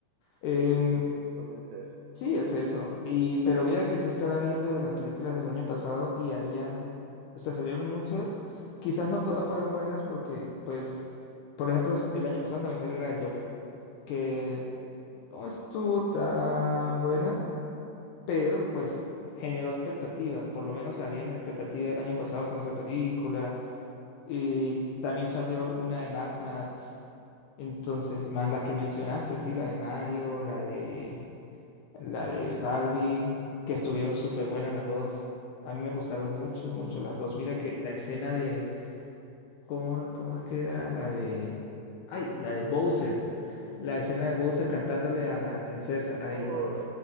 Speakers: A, on the left; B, on the right.
A: Em,
B: es justamente eso.
A: Sí, es eso. Y, pero mira que sí estaba viendo de las películas del año pasado y habían, o sea, salieron muchas. Quizás no todas fueron buenas porque, pues, por ejemplo, s- el año pasado también salió la de Joker, que no estuvo tan buena, pero pues generó expectativa. Por lo menos había una expectativa el año pasado con esa película. Y también salió una de Mad Max. Entonces, más la que mencionaste, sí, la de Mario, la de la de Barbie, que estuvieron súper buenas las dos. A mí me gustaron mucho,
B: Sí.
A: mucho las dos. Mira que la escena de, ¿cómo, cómo es que era? La de, ay, la de Bowser. La escena de Bowser cantándole a la princesa. Ay,
B: Oh,
A: no.